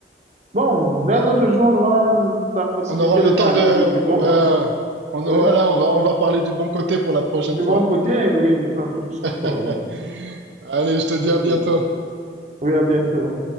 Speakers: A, on the right; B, on the right.
A: Bon, d'un autre jour, on aura la possibilité
B: On aura le
A: de
B: temps
A: parler
B: de...
A: du, du bon
B: Ouais,
A: côté.
B: on, voilà,
A: Oui,
B: on va, on va parler du bon côté pour la prochaine
A: du
B: fois.
A: bon côté, oui, la prochaine fois.
B: <laughs>
A: Oui,
B: Allez, je te dis
A: Ok.
B: à bientôt.
A: Oui, à bientôt.